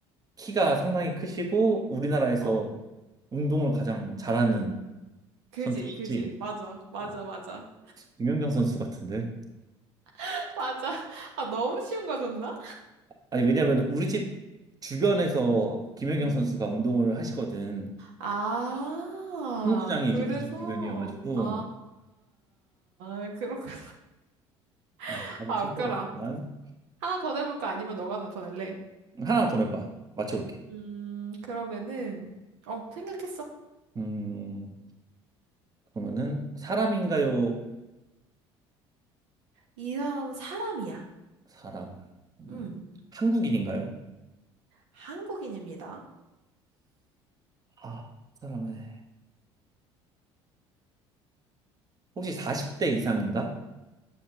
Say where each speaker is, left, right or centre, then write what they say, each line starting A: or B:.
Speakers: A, on the right; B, on the right.
A: 키가 상당히 크시고, 우리나라에서
B: 어,
A: 운동을 가장 잘하는
B: 그지,
A: 선수시지?
B: 그지. 맞아, 맞아,
A: 아,
B: 맞아.
A: 김연경 선수 같은데?
B: <laughs> 맞아. 아, 너무 쉬운 거 줬나?
A: 아니, 왜냐면 우리 집 주변에서
B: 응,
A: 김연경
B: 응.
A: 선수가 운동을 하시거든. 아,
B: 아,
A: 승부장이
B: 그래서,
A: 이제 우리 집 주변이어가지고,
B: 아, 아, 아, 아, 그렇구나.
A: 아,
B: <laughs>
A: 바로
B: 아,
A: 친구였지만,
B: 웃겨라. 하나 더 내볼까? 아니면 너가 하나 더 낼래?
A: 하나 더 내봐. 맞춰볼게.
B: 음, 그러면은, 어, 생각했어.
A: 음, 그러면은, 사람인가요?
B: 이 사람은 사람이야.
A: 사람. 음,
B: 음,
A: 한국인인가요?
B: 한국인입니다.
A: 아, 사람의. 혹시 40대 이상인가?